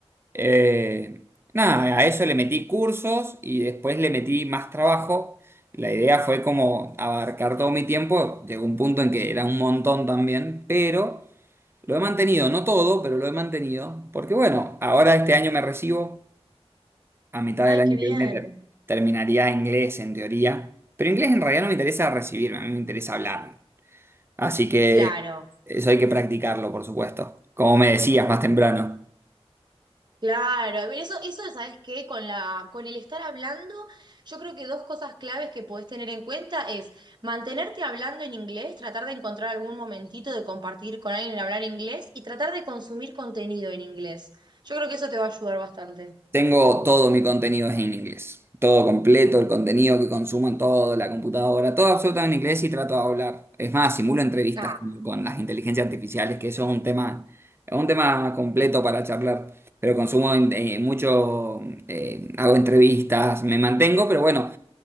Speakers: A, on the right; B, on the right.
A: Eh, nada, a eso le metí cursos y después le metí más trabajo. La idea fue como abarcar todo mi tiempo. Llegó un punto en que era un montón también, pero lo he mantenido, no todo, pero lo he mantenido. Porque bueno, ahora este año me recibo, a mitad
B: Ay,
A: del año
B: qué bien.
A: que viene ter- terminaría inglés en teoría. Pero inglés en realidad no me interesa recibirme, a mí me interesa hablarlo. Así que
B: Claro.
A: eso hay que practicarlo, por supuesto. Como me decías más temprano.
B: Claro, pero eso, eso, ¿sabes qué? Con la, con el estar hablando, yo creo que dos cosas claves que podés tener en cuenta es mantenerte hablando en inglés, tratar de encontrar algún momentito de compartir con alguien en hablar inglés y tratar de consumir contenido en inglés. Yo creo que eso te va a ayudar bastante.
A: Tengo todo mi contenido es en inglés. Todo completo, el contenido que consumo en todo, la computadora, todo absolutamente en inglés y trato de hablar. Es más, simulo entrevistas
B: Ah,
A: con, con las inteligencias artificiales, que eso es un tema, es un tema completo para charlar. Pero consumo en- eh, mucho, eh, hago entrevistas, me mantengo, pero bueno,